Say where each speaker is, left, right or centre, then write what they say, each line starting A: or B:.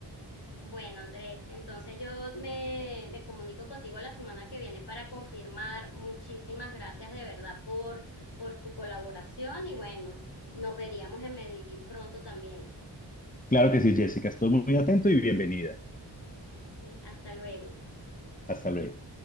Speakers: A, on the left; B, on the left.
A: Bueno, Andrés, entonces yo me, me comunico contigo la semana que viene para confirmar. Muchísimas gracias de verdad por, por tu colaboración y bueno, nos veríamos en Medellín pronto también.
B: Claro que sí, Jessica. Estoy muy atento y bienvenida.
A: Eh, Hasta luego.
B: Hasta luego.